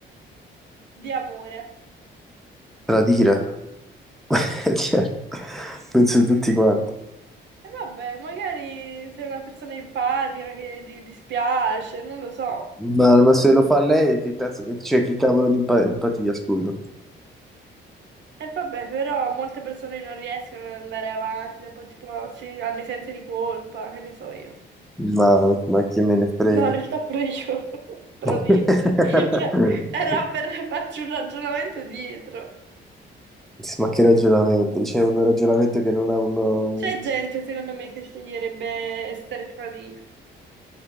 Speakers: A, on the right; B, in the centre.
A: di amore.
B: Tradire. <laughs> Cioè, penso tutti quanti.
A: E vabbè, magari sei una persona empatica che ti dispiace, non lo so.
B: Ma, ma se lo fa lei, che cazzo, cioè, che cavolo di empa- empatia, scusa.
A: E vabbè, però molte persone non riescono ad andare avanti, dopo tipo ci hanno i sensi di colpa, che ne so io.
B: Ma, ma chi me ne frega?
A: No, in realtà pure io, <laughs> tradito.
B: <laughs>
A: <laughs> Cioè, era per farci un ragionamento dietro.
B: Ma che ragionamento? C'è un ragionamento che non ha un... un-
A: C'è gente, secondo me, che sceglierebbe essere tradito.